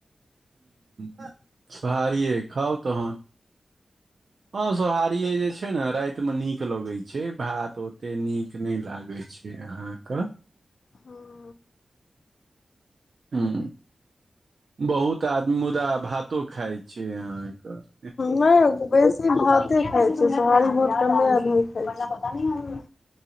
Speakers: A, on the right (about 55°); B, on the left (about 60°).
A: ह सोहारिेये खाउ तहन। हां सोहारिये जे छै ने राति में नीक लगे छै भात ओते नीक न लागे छै। अहाँक
B: हँ
A: हूं बहुत आदमी मुदा भातो खाय छैय अहां के।
B: नेय बेसी भाते खाइ छैय सोहारी बहुत कमे आदमी खाय छैय।